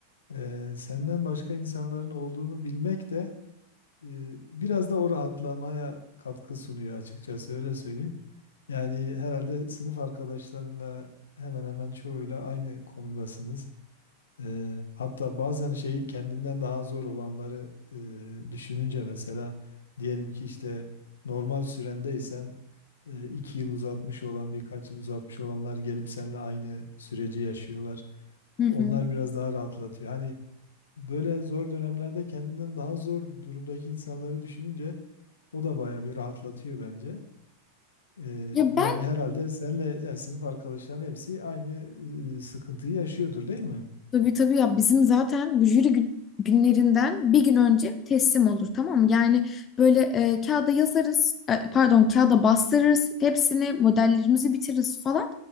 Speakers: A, on the left; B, on the left.
A: e, senden başka insanların olduğunu bilmek de e, biraz da o rahatlamaya katkı sunuyor açıkçası öyle söyleyeyim. Yani herhalde sınıf arkadaşlarınla hemen hemen çoğuyla aynı konumdasınız. Eee, hatta bazen şey kendinden daha zor olanları eee, düşününce mesela diyelim ki işte normal sürendeysen eee, iki yıl uzatmış olan birkaç yıl uzatmış olanlar gelip seninle aynı süreci yaşıyorlar.
B: Hı hı.
A: Onlar biraz daha rahatlatıyor. Hani böyle zor dönemlerde kendinden daha zor durumdaki insanları düşününce o da bayağı bir rahatlatıyor bence. Ee,
B: Ya
A: yani
B: ben
A: herhalde senle yani sınıf arkadaşların hepsi aynı e, sıkıntıyı yaşıyordur değil mi?
B: Tabii tabii ya bizim zaten bu jüri gü- günlerinden bir gün önce teslim olur tamam mı? Yani böyle e, kağıda yazarız e, pardon kağıda bastırırız hepsini modellerimizi bitiririz falan.